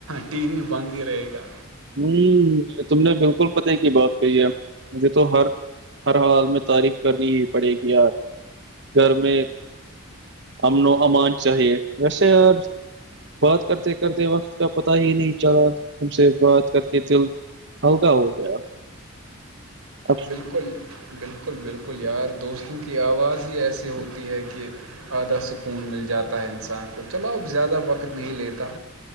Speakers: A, on the right (about 85°); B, on the right (about 55°).
A: ٹی وی بند ہی رہے گا
B: ہمم یہ تم نے بالکل پتے کی بات کہی ہے مجھے تو ہر ہر حال میں تعریف کرنی ہی پڑے گی یار گھر میں امن و امان چاہیے یار بات کرتے کرتے وقت کا پتا ہی نہیں چلا تم سے بات کر کے دل ہلکا ہو گیا اب
A: بالکل بالکل بالکل یار دوستوں کی آواز ہی ایسی ہوتی ہے کہ آدھا سکون مل جاتا ہے انسان کو چلو اب زیادہ وقت نہیں لیتا